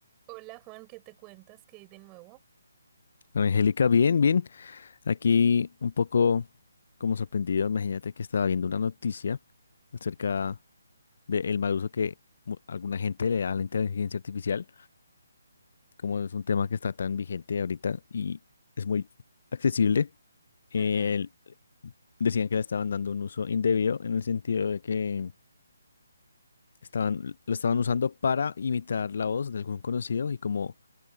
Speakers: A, on the right (about 20°); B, on the left (about 55°).
A: Hola Juan, ¿qué te cuentas? ¿Qué hay de nuevo?
B: Angélica, bien, bien. Aquí un poco como sorprendido, imagínate que estaba viendo una noticia acerca del mal uso que mu- alguna gente le da a la inteligencia artificial, como es un tema que está tan vigente ahorita y es muy accesible. el-
A: Ajá,
B: decían que le estaban dando un uso indebido en el sentido de que estaban, lo estaban usando para imitar la voz de algún conocido y como